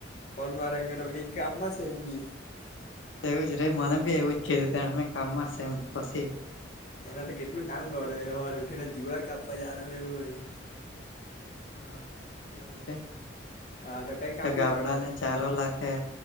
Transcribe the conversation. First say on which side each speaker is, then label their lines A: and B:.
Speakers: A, on the left (about 35°); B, on the left (about 80°).
A: ફન મારેંગ એ અમમા કામ માં છે એમ કે.
B: એવું જ રે મને બી એવું જ કીધું ત મેમે કામમાં છેમ પછી.
A: એના તો કેટલું કામ કર હોર ઉઠી ને જીવાર કાપવા જનું ને હોય.
B: હ તેવું જ રે,
A: તાર તો કઈ કામ
B: ગબડા
A: નહી કોનતા
B: ને ચારો લાગે.